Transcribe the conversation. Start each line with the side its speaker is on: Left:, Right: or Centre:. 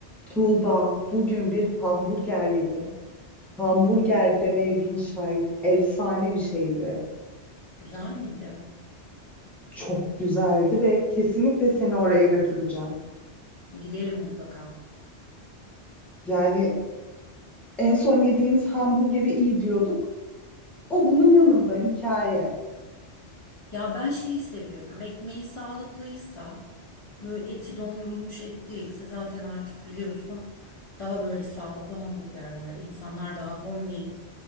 Centre: Tuğba, bugün bir hamburger yedim. Hamburger demeye bin şahit. Efsane bir şeydi.
Left: Güzel miydi?
Centre: Çok güzeldi ve kesinlikle seni oraya götüreceğim.
Left: Gidelim mutlaka.
Centre: Yani en son yediğimiz hamburgeri iyi diyorduk. O bunun yanında hikaye.
Left: Ya ben şeyi seviyorum. Ekmeği sağlıklıysa, böyle eti dondurulmuş et değilse zaten artık biliyorsun daha böyle sağlıklı hamburgerler, insanlar daha homemade